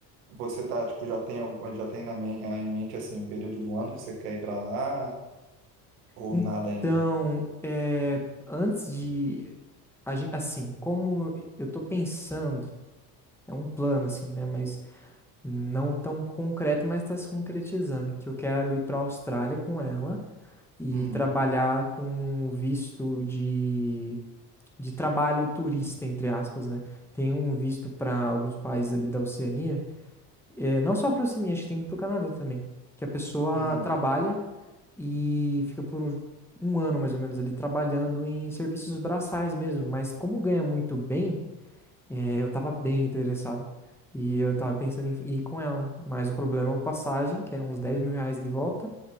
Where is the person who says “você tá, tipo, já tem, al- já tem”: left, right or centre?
Right